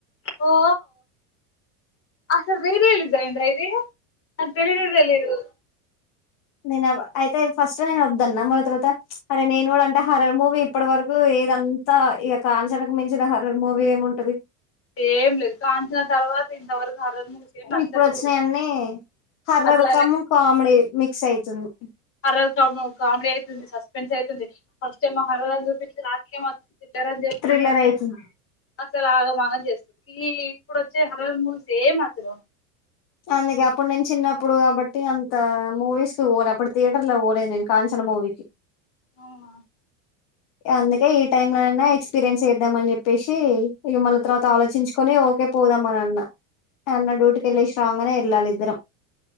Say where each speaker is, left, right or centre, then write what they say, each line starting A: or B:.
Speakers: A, on the left; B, on the left.
A: ఓ అసలు రీరిలీజ్ ఐందా ఇ ది నాక్ తెలీనే తెలీదు
B: నేనవ్వ అయితే ఫస్ట్ నేను వద్దన్న మళ్ల తర్వాత ప్చ్ అరే నేను కూడా అంటే హార్రర్ మూవీ ఇప్పడి వరకు ఏదంతా ఇగ కాంచనకు మించిన హార్రర్ మూవీ ఏముంటది
A: ఏం లేదు కాంచన తర్వాత ఇంతవరకు హర్రర్ మూవీస్ ఏం నచ్చలే
B: ఇప్పుడు వచ్చినయన్నీ
A: కూడా
B: హార్రర్
A: అసలు అలా
B: కమ్ కామెడీ మిక్స్ ఐతుంది
A: హర్రర్ కమ్ కామిడీ ఐతుంది సస్పెన్స్ ఐతుంది అ చ్చేమో హర్రర్ అని జూపిచ్చి లాస్టుకేమో పిచ్చోళ్లని జేస్తున్నారు
B: థ్రిల్లర్ అయితుంది
A: అసలు ఆగమాగం జేస్ ఈ ఇప్పుడు ఒచ్చే హార్రర్ మూవీస్ ఏమంతలేవ్
B: అందుకే అప్పుడు నేను చిన్నప్పుడు గాబట్టి అంత మూవీస్ కి వోను అప్పుడు థియేటర్ ల ఓలే నేను కాంచనా మూవీకి
A: అవునా
B: అందుకే ఈ టైమ్లోనన్నా ఎక్స్పీరియన్స్ చేద్దాం అని జెప్పేసి, ఇగ మళ్ళ తర్వాత ఆలోచించుకొని ఓ ఓకే పోదాం అని అన్నా అన్న డ్యూటీకి ఎళ్లేషి రాంగానే ఎళ్ళాలి ఇద్దరం